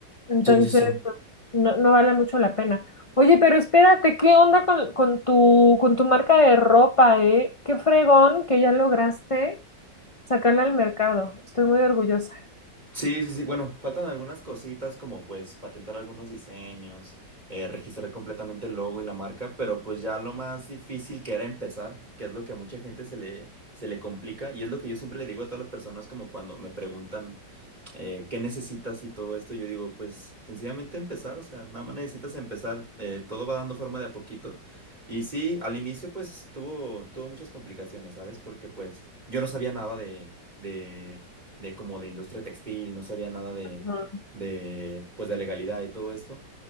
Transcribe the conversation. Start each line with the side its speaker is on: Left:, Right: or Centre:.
Left: Entonces,
Right: Sí, sí, sí.
Left: pues, no, no vale mucho la pena. Oye, pero espérate, ¿qué onda con, con tu, con tu marca de ropa, eh? Qué fregón que ya lograste sacarla al mercado. Estoy muy orgullosa.
Right: Sí, sí, sí. Bueno, faltan algunas cositas como pues patentar algunos diseños, eh, registrar completamente el logo y la marca, pero pues ya lo más difícil que era empezar, que es lo que a mucha gente se le, se le complica y es lo que yo siempre le digo a todas las personas como cuando me preguntan eh, qué necesitas y todo esto, yo digo pues sencillamente empezar, o sea, nada más necesitas empezar, eh, todo va dando forma de a poquito. Y sí, al inicio pues tuvo, tuvo muchas complicaciones, ¿sabes? Porque pues yo no sabía nada de... de de como de industria textil, no sabía nada de,
Left: Ujú,
Right: de, pues de legalidad y todo esto.